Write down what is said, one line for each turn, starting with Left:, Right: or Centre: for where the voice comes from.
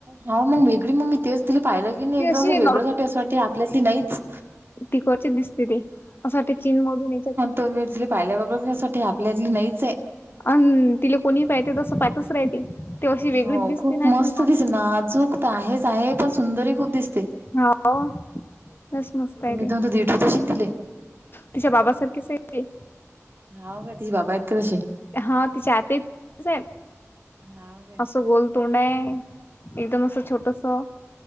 Right: हा मंग वेगळी मंग मी तेच तिली पाहिलं की नाय
Left: ती
Right: एकदम
Left: अशी
Right: असं वेगळंच वाटे असं वाटते आपल्यातली नाहीच
Left: तीकडची दिसते ती असं वाटते चीनमधून याच्यात
Right: <unintelligible> पाहील्या <unintelligible> साठी आपल्यातली नाहीच आहे.
Left: अन तिले कोणी पाहते तसं पाहतच राहते. ती अशी वेगळीच
Right: हो
Left: दिसते
Right: खूप
Left: ना अशी
Right: मस्त दिसे नाजूक तर आहेच आहे पण सुंदर ही खूप दिसते.
Left: हाव. लईच मस्त आहे
Right: ते
Left: ती.
Right: मी दोन <unintelligible> ठेवते अशीन दिले.
Left: तिच्या बाबा सारखीच आहे ती.
Right: हाव काय तिचे बाबा आहेत का तशे?
Left: हा तिच्या आत्ये तेच आहे
Right: हाव काय.
Left: असं गोल तोंड आहे एकदम असं छोटस.